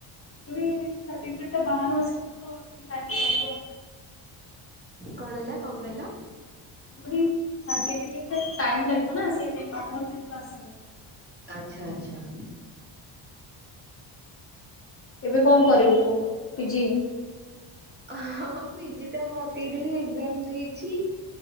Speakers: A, on the left; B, on the right.
A: ମୁଁ କହିଲି ସାଟିଫିକେଟ୍ ବାହାରୁ ଆସିବ ତ ଟିକେ ଟାଇମ ଲାଗିବ।
B: କଣ ହେଲା କଣ କହିଲ?
A: ମୁଁ କହିଲି ସାଟିଫିକେଟ ଟା ଟାଇମ ଲାଗିବ ନା ସେଇଥିପାଇଁ ବାହାରୁ ଯେହେତୁ ଆସିବ।
B: ଆଚ୍ଛା ଆଚ୍ଛା।
A: ଏବେ କଣ କରିବୁ ତୁ ପିଜି।
B: ହଁ ହଁ ପିଜି ତ ମକେଇଥିଲି ଏକ୍ଜାମ ଦେଇଛି